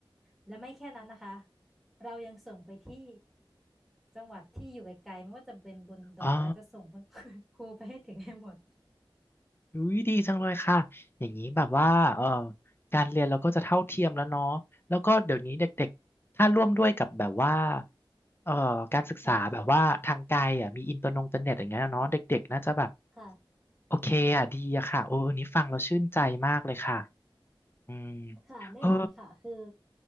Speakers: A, in the centre; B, on the left (about 25°).
A: และไม่แค่นั้นนะคะเรายังส่งไปที่จังหวัดที่อยู่ไกลๆไม่ว่าจะเป็นบนดอยเราจะส่งคุณ
B: อ๋อ
A: ครูไปให้ถึงให้หมด
B: อุ้ยดีจังเลยค่ะ อย่างนี้แบบว่าเออการเรียนเราก็จะเท่าเทียมแล้วเนาะแล้วก็เดี๋ยวนี้เด็กๆ ถ้าร่วมด้วยกับแบบว่าเอ่อการศึกษาแบบว่าทางไกลอ่ะมีอินเตอร์นงเตอร์เน็ตอย่างเงี้ยเนาะเด็กๆน่าจะแบบ
A: ค่ะค่ะ
B: โอเคอ่ะดีอะค่ะโอ้อันนี้ฟังเราชื่นใจมากเลยค่ะอืม
A: ค่ะแน่นอนค่ะคือ
B: เออ